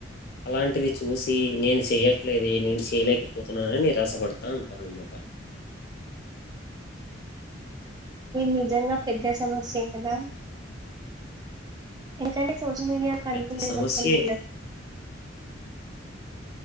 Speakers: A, on the left; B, on the right.
A: అలాంటిది చూసి నేను చెయ్యట్లేదే నేను చేయలే పోతున్నానని నీరాశపడతా ఉంటారనామాట
B: నిజంగా పెద్ద సమస్యే కదా ఎందుకంటే సోష్యల్ మీడియా కనుపింది
A: పెద్ద సమస్యే.
B: మొత్తం <unintelligible>